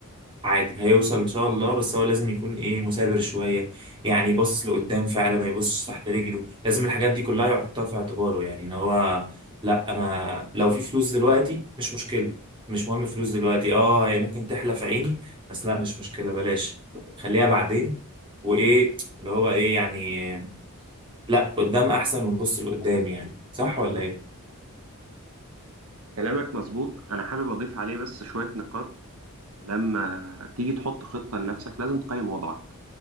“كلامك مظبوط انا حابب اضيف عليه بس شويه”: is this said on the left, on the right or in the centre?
Right